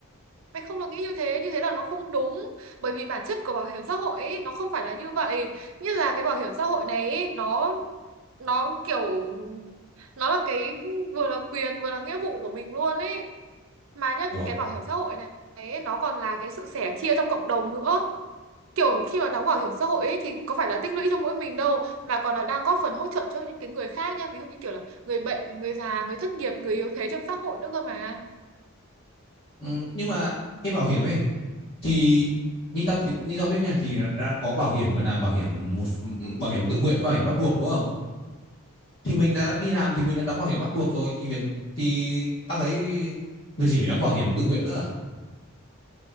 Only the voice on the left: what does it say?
ủa
ừ, nhưng mà cái bảo hiểm ấy thì như tao như tao biết nha thì đã có bảo hiểm gọi là bảo hiểm một bảo hiểm tự nguyện bảo hiểm bắt buộc đúng không thì mình đã đi làm thì mình đã đóng bảo hiểm bắt buộc rồi thì việc thì ta thấy việc gì phải đóng bảo hiểm tự nguyện nữa à?